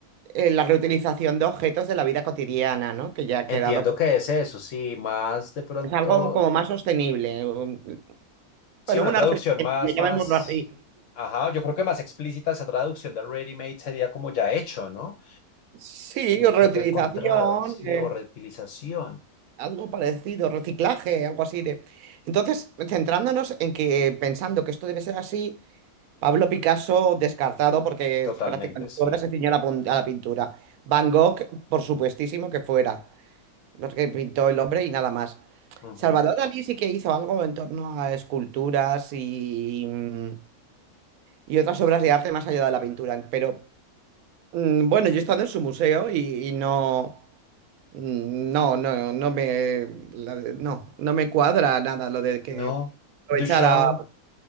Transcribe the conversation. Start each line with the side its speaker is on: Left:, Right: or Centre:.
Right: eh, la reutilización de objetos de la vida cotidiana, ¿no? Que ya ha
Left: Entiendo
Right: quedado, pues,
Left: que es eso, sí, más de pronto,
Right: es algo como más sostenible. un-
Left: sí,
Right: Bueno,
Left: una
Right: un
Left: traducción
Right: arte sostenible,
Left: más,
Right: llamémoslo
Left: más,
Right: así.
Left: ajá, yo creo que más explícita esa traducción de ready-made sería como ya hecho, ¿no?
Right: Sí,
Left: Y objeto
Right: o reutilización,
Left: encontrado, sí,
Right: eh,
Left: o reutilización,
Right: algo parecido, reciclaje, algo así de. Entonces, centrándonos en que pensando que esto debe ser así. Pablo Picasso, descartado porque
Left: totalmente,
Right: prácticamente
Left: sí.
Right: su obra se ciñó a la, pun- a la pintura. Van Gogh, por supuestísimo que fuera, porque pintó el hombre y nada más.
Left: Ujú.
Right: Salvador Dalí sí que hizo algo en torno a esculturas y, mm, y otras obras de arte más allá de la pintura. Pero mm, bueno, yo he estado en su museo y, y no, mm, no, no, no me, la de- no, no me cuadra nada lo de que
Left: No,
Right: aprovechara.
Left: Duchamp